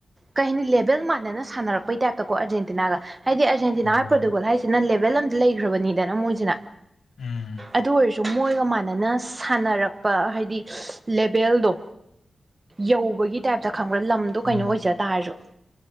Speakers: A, on the right; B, on the left.
A: ꯀꯩ ꯍꯥꯏꯅꯤ ꯂ ꯈꯤꯇꯥꯡ ꯃꯥꯟꯅ ꯁꯥꯟꯔꯛꯄꯩ ꯇꯥꯏꯞꯇꯀꯣ ꯑꯔꯖꯦꯟꯇꯤꯅꯥꯒ ꯍꯥꯏꯗꯤ ꯑꯖꯦꯟꯇꯤꯅꯥ
B: ꯎꯝ
A: ꯄ꯭ꯔꯣꯇꯣꯀꯣꯜ ꯍꯥꯏꯁꯤꯅ ꯂꯦꯕꯦꯜ ꯑꯇ ꯂꯩꯈ꯭ꯔꯕꯅꯤꯗꯅ ꯃꯣꯏꯁꯤꯅ
B: ꯎꯝ
A: ꯑꯗꯨ ꯑꯣꯏꯔꯁꯨ ꯃꯣꯏꯒ ꯃꯥꯟꯅꯅ ꯁꯥꯟꯅꯔꯛꯄ ꯍꯥꯏꯗꯤ ꯂꯦꯚꯦꯜꯗꯣ ꯌꯧꯕꯒꯤ ꯇꯥꯏꯞꯇ ꯈꯪꯕ꯭ꯔꯥ ꯂꯝꯗꯣ
B: ꯎꯝ
A: ꯀꯩꯅꯣ ꯑꯣꯏꯖ ꯇꯥꯔꯁꯨ